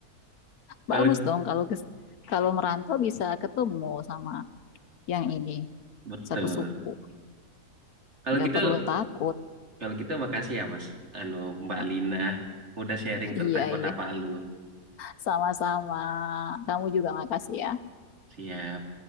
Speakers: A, on the right (about 45°); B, on the left (about 70°).
A: Kalau
B: Bagus dong kalau kes- kalau merantau bisa ketemu sama yang ini
A: betul.
B: satu suku.
A: Kalau
B: Nggak
A: gitu
B: perlu takut.
A: kalau gitu makasih ya Mas anu Mbak
B: Oh,
A: Lina udah sharing tentang
B: iya
A: Kota
B: iya,
A: Palu.
B: sama-sama. Kamu juga makasih ya.
A: Siap.